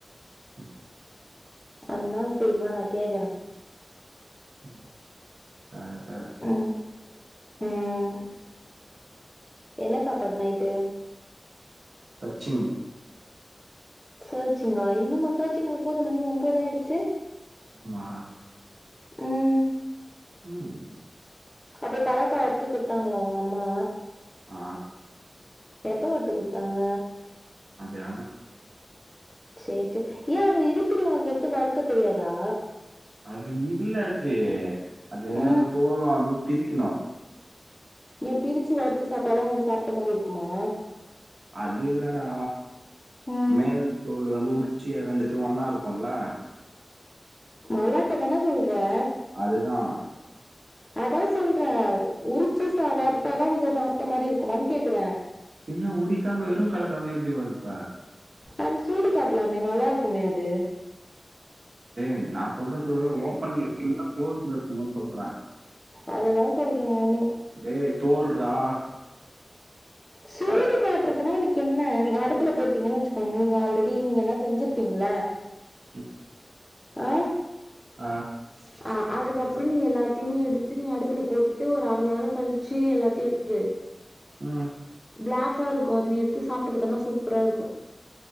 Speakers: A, on the right; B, on the left.
A: ஆ
B: அது என்னன்னு தெளிவா நா கேக்குறே
A: ம் சேரி சேரி
B: ம் ம். என்ன சாப்பாடு நைட்டு
A: கச்சிங்
B: சேர்ச்சிங்கா இன்னுமா சர்ச்சிங்கல போது மணி ஒன்பது ஆயிடுச்சு
A: ஆமா
B: உம்
A: உம்
B: அப்புறம் கலக்கா அடுத்து குடுத்தாங்களா உங்க அம்மா
A: ஆ
B: எப்போ வந்து குடுத்தாங்க
A: மதியானம்
B: சேரி சேரி ஏன் அது இருட்டுல உனக்கு எடுத்து வறுக்க தெரியாதா
A: அது இல்லது அது என்னது
B: ம்.
A: தோலும் அது பிரிக்கணு
B: ஏ பிரிச்சு வறுத்து சாப்ட்டாதா உனக்கு சாப்ட்ட மாரி இருக்குமா
A: அது இல்லடா
B: ம்.
A: மேல் தோல் வந்து உறிச்சி ரெண்டுத்தி ஒன்னா இருக்கும்ல
B: மளாட்டு தானே சொல்றே
A: அதுதா
B: அதா சொல்றே உரிச்சி சா வறுத்தா தா உனக்கு சாப்ட்ட மாரி இருக்குமானு கேக்குறே
A: பின்ன உறிக்காம வெறும் கலக்காம எப்டி வறுப்ப
B: அந்த சூடு காட்டலாமே நல்லா இருக்குமே அது
A: ஏ நா சொல்றது ஓபன்ல ஃபுல்லா குளோஸ்ல இருக்குமோன்னு சொல்றே
B: அதுதா சொல்றே நானு
A: டேய் சோல்றா
B: சூடு காட்டுறதுனா உனக்கு என்ன நீங்க அடுப்புல போட்டீங்கன்னு வச்சுக்கோங்க நீங்க ஆல்ரெடி நீங்க என்ன செஞ்சிருப்பீங்கள
A: ஆ
B: ஆ
A: ஆ
B: ச ஆ அதுக்கப்றோ நீ எல்லாத்தியுமே எடுத்து நீ அடுப்புல போட்டு ஒரு அர மண் நேரோ கழிச்சி எல்லாத்தியு எடுத்துரு
A: ம்
B: பிளாக்காருக்கு அத நீ எடுத்து சாப்ட்டு பாத்தனா சூப்பராருக்கு